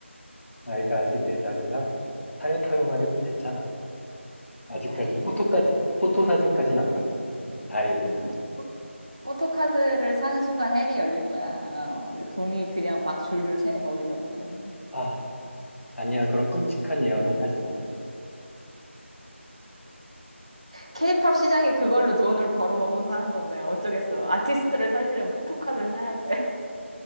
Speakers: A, on the left; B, on the right.
A: 아이가 아직 4살이라 타요 타요만 해도 괜찮아. 아직까지
B: 다행이네.
A: 포토까지, 포토 사진까지는 안 갔어. 음, 다행히.
B: 음. 포토카드를 사는 순간 헬이 열릴 거야. 어,
A: 어.
B: 돈이 그냥 막 줄줄 새, 거기서부터.
A: 아, 아니야. 그런 끔찍한 예언은 하지 마.
B: 케이팝 시장이 그걸로 돈을 벌어먹고 사는 건데, 어쩌겠어. 아티스트를 살리려면 포토카드를 사야 돼. <laughs>